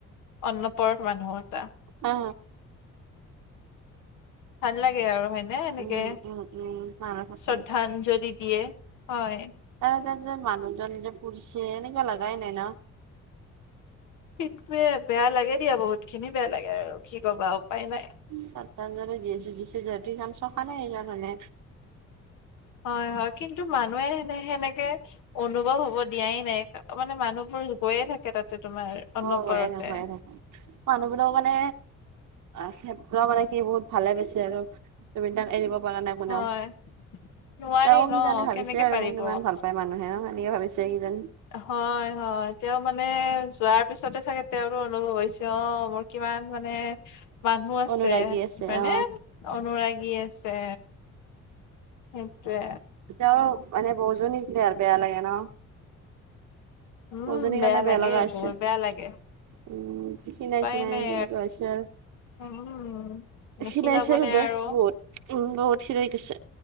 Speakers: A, on the left (about 80°); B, on the right (about 80°).
A: অন্নপৰত মানুহ কেটা।
B: অ।
A: ভাল লাগে আৰু হয়নে এনেকে
B: উম উম উম মানুহ
A: শ্ৰদ্ধাঞ্জলি
B: থাকে
A: দিয়ে, হয়।
B: তাত এজন যে মানুহজন যে পুৰছে এনেকুৱা লাগাই নাই ন?
A: সেইটোৱে বেয়া লাগে দিয়া বহুত খিনি বেয়া লাগে আৰু কি কবা উপায় নাই।
B: শ্ৰদ্ধাঞ্জলি দিছে দিছে যদিও সেইখান শসানে সেইখান হয়নে?
A: হয় হয় কিন্তু মানুহে সেনে সেনেকে অনুভৱ হ'ব দিয়াই নাই মানে মানুহবোৰ গৈয়ে থাকে তাতে তোমাৰ। অনবৰতে
B: অ গৈয়ে থাকে গৈয়ে থাকে মানুহবিলাক মানে অ ক্ষেত্ৰ মানে কি বহুত ভালে পাইছে আৰু, জুবিন দাক এৰিব পাৰা নাই। বনাও,
A: হয় নোৱাৰি
B: তেওঁ
A: ন
B: কিজানি ভাবিছে
A: কেনেকে
B: আৰু
A: পাৰিব
B: মোক ইমান ভাল পায় মানুহেও সিওঁ ভাবিছে কিযানি।
A: হয় হয়। তেওঁ মানে যোৱাৰ পিছতে চাগে তেওঁৰো অনুভৱ হৈছে অ মোৰ কিমান মানে মানুহ আছে
B: অনুৰাগী আছে
A: হয়নে?
B: অ
A: অনুৰাগী আছে। সেইটোৱে।
B: তেওঁৰ মানে বৌজনীলে আৰু বেয়া লাগে ন!
A: উম
B: বৌজনীৰ কাৰণে বেয়া
A: লাগে
B: লাগা হৈছে।
A: বহুত
B: উম
A: বেয়া লাগে
B: খিনাইখিনাই
A: উপায় নাই
B: কেনেকুৱা হৈছে আৰু।
A: <unintelligible> নিখিনাবনে
B: খীনাইছে গোটে
A: আৰু
B: বহুত, উম, বহুত খিনাই গৈছে।